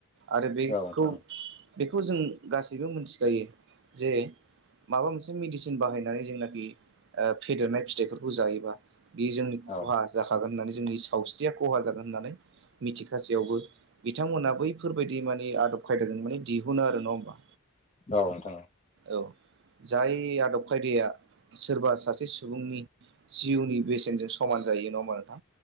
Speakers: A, on the right; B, on the left.
A: आरो बेखौ
B: नोंथां
A: बेखौ जों गासैबो मोनथिखायो जे माबा मोनसे मेडिसिन बाहायनानै जेनाखि फेदेरनाय फिथाइफोरखौ जायोबा बे जोंनि खहा
B: औ
A: जाखागोन होननानै जोंनि सावस्रिया खहा जागोन होननानै मिथिखासेयावबो बिथांमोना बैफोरबायदि बिदि माने आदब खायदाजों माने दिहुनो आरो नङा होमबा?
B: औ द
A: औ जाय आदब खायदाया सोरबा सासे सुबुंनि जिउनि बेसेनजों समान जायो नङा मानोना